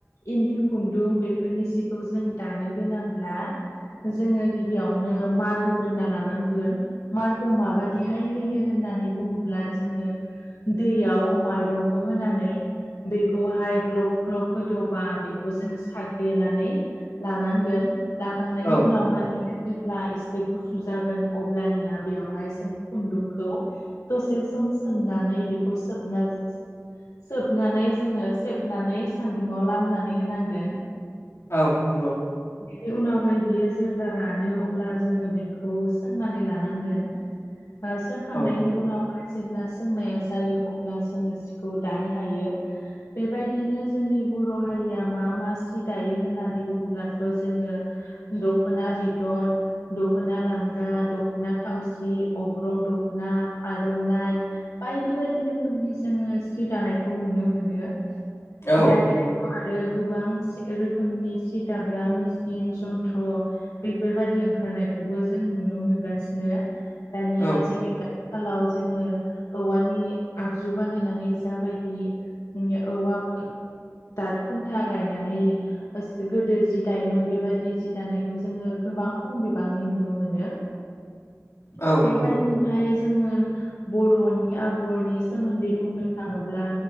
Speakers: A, on the left; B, on the left.
A: इन्दि खुन्दुं बेफोरनि सिखौ जों दानो गोनांब्ला जोङो गिबियावनो मार होग्रोना लानांगोन मारखौ माबादिहाय होयो होननानै बुङोब्ला जोङो दैयाव माइरंखौ होनानै बेखौहाय ग्लब ग्लब गोदौबा बेखौ जोङो साग्लिनानै लानांगोन लाखांनायनि
B: औ
A: उनावहाय बि जेब्ला एसे गुसु जागोन अब्लानिया बेवहाय जों खुन्दुंखौ दसे सम सोमनानै बेखौ सोबना सोबनानै जोङो सेबनानै सान्दुंङाव लामनानै होनांगोन
B: औ नंगौ
A: बिनि उनावहाय बियो जेब्ला रानो अब्ला जोङो बेखौ सोंनानै लानांगोन ओ सोंखांनायनि
B: औ
A: उनावहाय जेब्ला सोंनाया जायो अब्ला जोङो खौ दानो हायो बेबायदिनो जोंनि बर' हारिया मा मा सि दायो होननानै बुङोब्लाथ' जोङो दखना बिदन दख'ना लांगा, दख'ना थावसि, अग्रं दख'ना, आर'नाइ बायदि बायदि रोखोमनि जोङो सि दानायखौ नुनो मोनो
B: औ
A: दानियाथ'
B: नंगौ
A: आरो गोबां रोखोमनि सि दाग्रा मेसिन जन्थ्र बेफोरबायदि ओंखारनायखौबो जों नुनो मोनगासिनो दानिया
B: औ
A: जेरै दादखालाव जोङो औवानि आगजु बानायनानै जाबायदि औवा दाद खुन्था गायनानै गोदो जि दायोमोन बेबायदि जि दानायखौ जोङो गोबां खम बिबांनि नुनो मोनो।
B: औ
A: बेबायदिनोहाय
B: नंगौ
A: जोङो बर'नि आगरनि सोमोन्दै बुंनो ब्ला